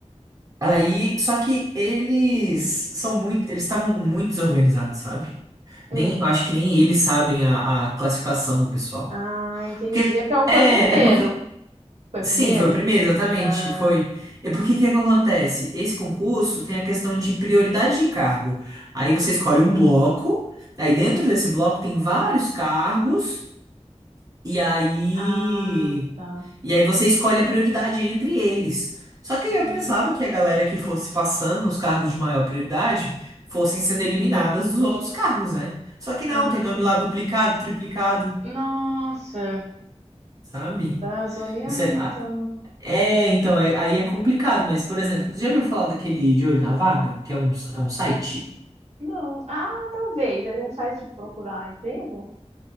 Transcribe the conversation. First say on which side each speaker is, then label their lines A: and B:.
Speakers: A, on the right; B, on the right.
A: Aí, só que eles são muito, eles estavam muito desorganizados, sabe?
B: hum.
A: Nem, eu acho que nem eles sabem a, a classificação do pessoal.
B: Ah, entendi.
A: Porque
B: É porque ela
A: é,
B: foi o primeiro.
A: é porque
B: Foi o
A: Sim,
B: primeiro?
A: foi o primeiro, exatamente.
B: Ah,
A: Foi. E por que que é que acontece? Esse concurso tem a questão de prioridade de cargo. Aí você escolhe um bloco, aí dentro desse bloco tem vários cargos, e aí.
B: ah, tá.
A: E aí você escolhe a prioridade entre eles. Só que
B: Entendi.
A: eu pensava que a galera que fosse passando nos cargos de maior prioridade fossem sendo eliminadas dos outros cargos, né? Só que
B: Ah,
A: não, tem nome lá duplicado, triplicado,
B: nossa.
A: sabe?
B: Tá zoneado,
A: Isso é,
B: então.
A: É, então, é- aí é complicado, mas, por exemplo, você já viu falar daquele De Olho na Vaga? Que é um, é um site?
B: Não. Ah, talvez. É um site de procurar emprego?